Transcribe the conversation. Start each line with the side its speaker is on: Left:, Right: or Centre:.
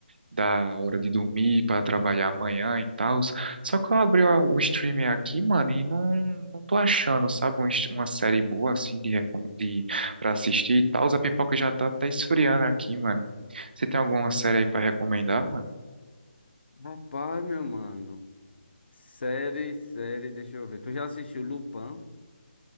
Right: da hora de dormir para trabalhar amanhã e tal. Só que eu abri a- o streamer aqui, mano, e não, não tô achando, sabe, um est- uma série boa assim de, recom- de para assistir e tal. A pipoca já tá até esfriando aqui, mano. Você tem alguma série aí para recomendar, mano?
Left: Rapaz, meu mano. Série, série, deixa eu ver. Tu já assistiu Lupin?